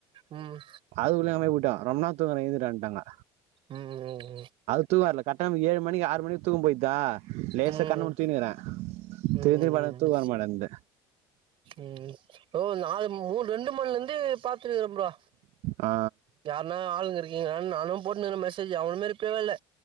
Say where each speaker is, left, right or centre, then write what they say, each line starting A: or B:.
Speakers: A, on the right (about 50°); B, on the right (about 70°).
A: ம்
B: அதுக்குள்ளயமே போயிட்டா ரொம்ப நேரோ தூங்குறா எழுந்துரானுட்டாங்க
A: ம் ஓ ஓ
B: தூக்க வர்ல கரெக்ட்டா இந்த ஏழு மணி ஆறு மணிக்கு தூக்கோ போயிடுதா லேசா
A: ம்
B: கண்ண மூடி தூங்கிறே தூங்கி
A: ம்
B: தூங்கி பாத்தாலு தூக்கோ வர மாட்டேங்குது
A: ம் ஓ நாலு மூணு ரெண்டு மணில இருந்து பாத்துனுக்கிறே ப்ரோ
B: ஆ
A: யாருன்னா ஆளுங்க இருக்கீங்களா நானு போட்டுனுக்கிறே மெசேஜு எவனுமே ரிப்லேவே இல்ல